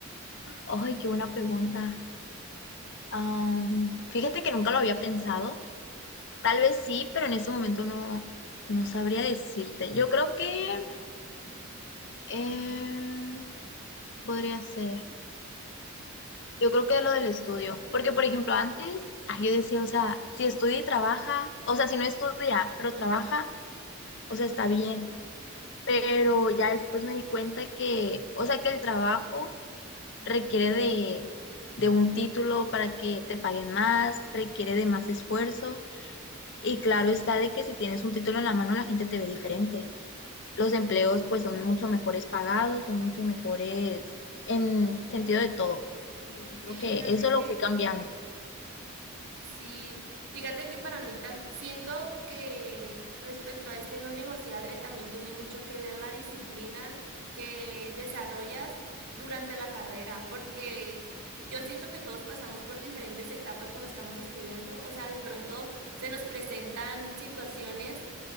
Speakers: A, on the left; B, on the right.
A: Ay, qué buena pregunta. Am, fíjate que nunca lo había pensado. Tal vez sí, pero en este momento no, no sabría decirte. Yo creo que eh, podría ser. Yo creo que lo del estudio. Porque, por ejemplo, antes ay, yo decía, o sea, si estudia y trabaja, o sea, si no estudia, pero trabaja, o sea, está bien. Pero ya después me di cuenta que, o sea, que el trabajo requiere de, de un título para que te paguen más, requiere de más esfuerzo y claro está de que si tienes un título en la mano la gente te ve diferente. Los empleos pues son mucho mejores pagados, son mucho mejores en sentido de todo. Entonces yo creo
B: Sí,
A: que
B: fíjate
A: eso lo
B: que
A: fui cambiando.
B: Sí, fíjate que para mí tam- siento que respecto a este no negociable también tiene mucho que ver la disciplina que desarrollas durante la carrera, porque yo siento que todos pasamos por diferentes etapas cuando estamos estudiando, o sea, de pronto se nos presentan situaciones